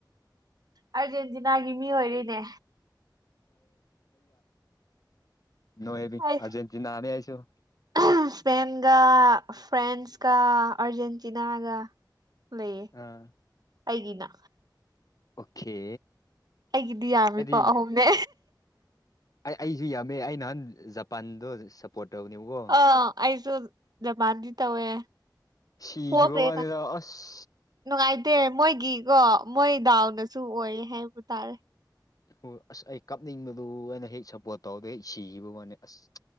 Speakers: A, on the right; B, on the left.
A: ꯑꯥꯔꯖꯦꯟꯇꯤꯅꯥꯒꯤ ꯃꯤ ꯑꯣꯏꯔꯤꯅꯦ
B: ꯅꯣꯏꯕꯤ
A: ꯑꯩ
B: ꯑꯔꯖꯦꯟꯇꯤꯅꯥ ꯑꯅꯤ ꯍꯥꯏꯁꯨꯣ
A: ꯏꯁꯄꯦꯟꯒ ꯐ꯭ꯔꯥꯟꯁ ꯀ ꯑꯔꯖꯦꯟꯇꯤꯅꯥꯒ ꯂꯩꯌꯦ
B: ꯑꯥ
A: ꯑꯩꯒꯤꯅ
B: ꯑꯣꯀꯦ
A: ꯑꯩꯒꯤꯗꯤ ꯌꯥꯝꯃꯤꯀꯣ
B: ꯑꯩꯗꯤ
A: ꯑꯍꯨꯝꯅꯦ
B: ꯑꯩ ꯑꯩꯁꯨ ꯌꯥꯝꯃꯦ ꯑꯩ ꯅꯍꯥꯟ ꯖꯄꯥꯟꯗꯣ ꯄꯣꯠꯇꯣꯅꯦꯕꯣ
A: ꯑ ꯑꯩꯁꯨ ꯃꯥꯟꯗꯤ ꯇꯧꯋꯦ
B: ꯁꯤꯈꯤꯕ
A: ꯄꯣꯈ꯭ꯔꯦꯗ
B: ꯋꯥꯅꯤꯗ ꯑꯁ
A: ꯅꯨꯡꯉꯥꯏꯇꯦ ꯃꯣꯏꯒꯤꯀꯣ ꯃꯣꯏ ꯗꯥꯎꯟꯗꯁꯨ ꯑꯣꯏ ꯍꯥꯏꯕ ꯇꯥꯔꯦ
B: ꯍꯣꯏ ꯑꯁ ꯑꯩ ꯀꯥꯞꯅꯤꯡꯕꯗꯨ ꯑꯩꯅ ꯍꯦꯛ ꯁꯞꯄꯣꯔꯠ ꯇꯧꯗ ꯍꯦꯛ ꯁꯤꯈꯤꯕ ꯋꯥꯅꯤ ꯑꯁ